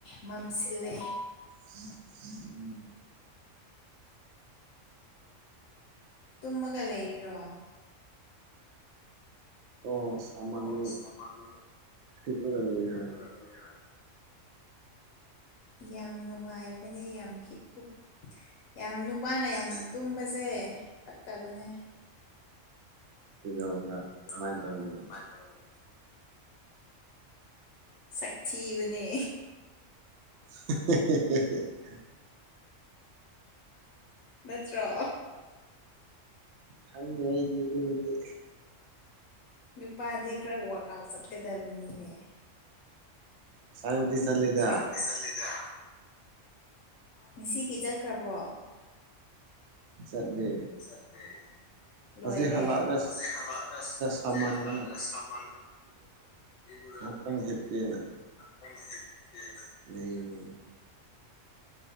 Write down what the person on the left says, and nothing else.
ꯃꯝꯁꯤꯜꯂꯛꯑꯦ
ꯇꯨꯝꯃꯒ ꯂꯩꯔꯤꯔꯣ
ꯑꯣ ꯁꯃꯝꯗꯅ
ꯍꯤꯞꯄꯒ
ꯂꯩꯌꯦ ꯍꯣꯏ ꯌꯥꯝ ꯅꯨꯡꯉꯥꯏꯕꯅꯦ ꯌꯥꯝ ꯍꯤꯛꯄꯨ ꯌꯥꯝ ꯅꯨꯄꯥꯅ ꯌꯥꯝ ꯇꯨꯝꯕꯁꯦ ꯐꯠꯇꯕꯅꯦ
<unintelligible>
ꯀꯃꯥꯏ ꯇꯧꯅꯤ ꯁꯛ ꯊꯤꯕꯅꯦ
ꯅꯠꯇ꯭ꯔꯣ
ꯅꯨꯄꯥꯗꯤ ꯈꯔ ꯋꯥꯔꯛ ꯑꯥꯎꯠ ꯆꯠꯀꯗꯕꯅꯤꯅꯦ
ꯁꯥꯟꯅꯕꯗꯤ ꯆꯠꯂꯤꯗ ꯉꯁꯤꯒꯤ ꯆꯠꯈ꯭ꯔꯕꯣ
ꯆꯠꯇꯦ
ꯂꯣꯏꯔꯦ
ꯍꯧꯖꯤꯛ ꯍꯜꯂꯛꯑꯒ ꯍꯧꯖꯤꯛ
ꯍꯜꯂꯛꯑꯒ ꯁꯥꯃꯟꯗꯅ ꯢꯔꯨꯖ
ꯇꯪ ꯍꯤꯞꯀꯦꯅ